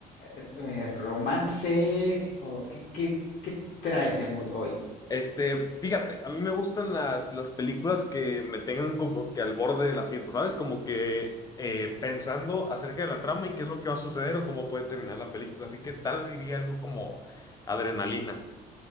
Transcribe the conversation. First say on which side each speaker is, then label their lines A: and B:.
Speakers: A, on the left; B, on the left.
A: eh, eh, romance, o qué, qué, qué traes de mood hoy?
B: Este, fíjate, a mí me gustan las, las películas que me tengan como que al borde del asiento, ¿sabes? Como que eh, pensando acerca de la trama y qué es lo que va a suceder o cómo puede terminar la película. Así que tal vez diría algo como adrenalina.